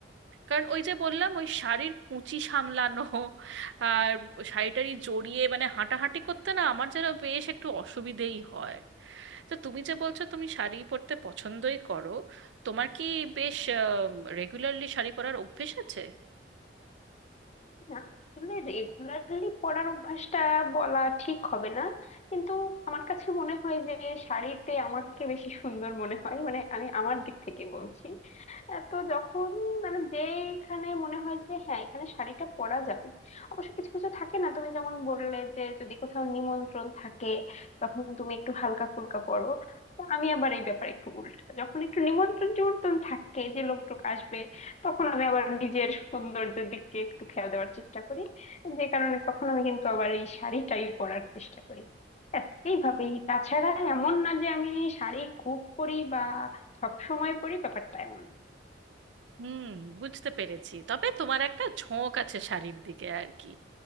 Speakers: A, on the right (about 75°); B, on the left (about 35°).
A: কারণ ওই যে বললাম ওই শাড়ির কুঁচি সামলানো আর শাড়িটারি জড়িয়ে মানে হাঁটাহাঁটি করতে না আমার যেন বেশ একটু অসুবিধেই হয় তো তুমি যে বলছো তুমি শাড়ি পরতে পছন্দই করো তোমার কি বেশ রেগুলারলি শাড়ি পরার অভ্যেস আছে
B: না আসলে রেগুলারলি পরার অভ্যাসটা বলা ঠিক হবে না কিন্তু আমার কাছে মনে হয় যে শাড়িতে আমাকে বেশি সুন্দর মনে হয় মানে আমি আমার দিক থেকে বলছি আহ, তো যখন মানে যেখানে মনে হয় যে হ্যাঁ এখানে শাড়িটা পরা যাবে অবশ্য কিছু কিছু থাকে না তুমি যেমন বললে যে যদি কোথাও নিমন্ত্রণ থাকে তখন তুমি একটু হালকা ফুলকা পরো তো আমি আবার এই ব্যাপারে একটু উল্টা যখন একটু নিমন্ত্রণ টিমন্ত্রণ থাকে যে লোকটোক আসবে তখন আমি আবার নিজের সৌন্দর্যের দিকে একটু খেয়াল দেওয়ার চেষ্টা করি যে কারণে তখন আমি কিন্তু আবার এই শাড়িটাই পরার চেষ্টা করি ব্যাস, এইভাবেই তাছাড়া এমন না যে আমি শাড়ি খুব পরি বা সব সময় পরি ব্যাপারটা এমন না
A: হুম বুঝতে পেরেছি তবে তোমার একটা ঝোঁক আছে শাড়ির দিকে আর কি